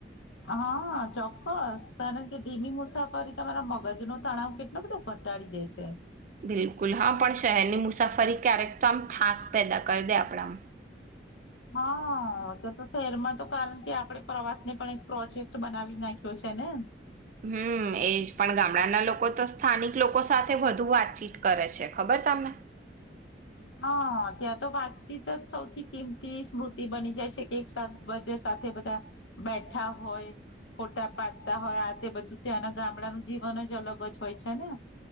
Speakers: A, on the left (about 85°); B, on the right (about 45°).
A: હા ચોક્કસ કારણ કે ધીમી મુસાફરી તમારા મગજ નો તણાવ કેટલો બધો ઘટાડી દે છે
B: બિલકુલ હા પણ શહેરની મુસાફરી ક્યારેક તો આમ થાક પેદા કરી દે આપણામ
A: હા તો તો શહેરમાં તો કારણ કે આપણેે પ્રવાસ ને પણ એક પ્રોજેક્ટ બનાવી નાખ્યો છે ને
B: હમ એજ પણ ગામડાના લોકો તો સ્થાનિક લોકો સાથે વધુ વાતચીત કરે છે ખબર તમને
A: હા ત્યાં તો વાતચીત જ સૌથી કિંમતી સ્મૃતિ બની જાય છે કે એક સાથે બધા બેઠા હોય ફોટા પાડતા હોય આ તે બધું ત્યા ગામડાનું જીવન જ અલગ જ હોય છે ને